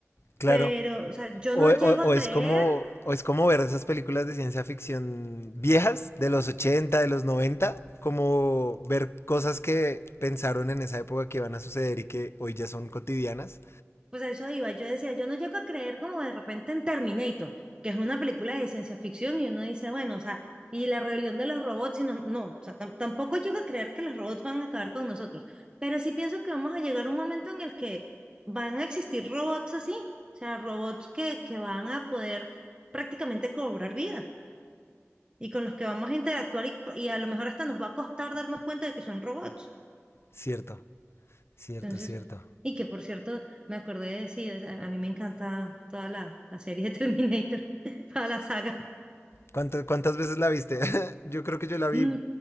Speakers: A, on the left (about 60°); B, on the right (about 20°).
A: claro.
B: pero o sea, yo
A: O,
B: no
A: o-
B: llego a
A: o
B: creer
A: es como, o es como ver esas películas de ciencia ficción viejas, de los 80 de los noventa como ver cosas que pensaron en esa época que iban a suceder y que hoy ya son cotidianas.
B: Pues a eso iba. Yo decía, yo no llego a creer como de repente en Terminator, que es una película de ciencia ficción y uno dice, bueno, o sea, y la rebelión de los robots, y no, no, o sea, tam- tampoco llego a creer que los robots van a acabar con nosotros, pero sí pienso que vamos a llegar a un momento en el que van a existir robots así, o sea, robots que, que van a poder prácticamente cobrar vida y con los que vamos a interactuar y, y a lo mejor hasta nos va a costar darnos cuenta de que son robots.
A: Cierto, cierto,
B: Entonces,
A: cierto.
B: y que por cierto, me acordé de sí, o sea, a mí me encanta toda la, la serie de Terminator, <laughs> toda la saga.
A: ¿Cuántas, cuántas veces la viste? <laughs> Yo creo que yo la vi
B: Mm,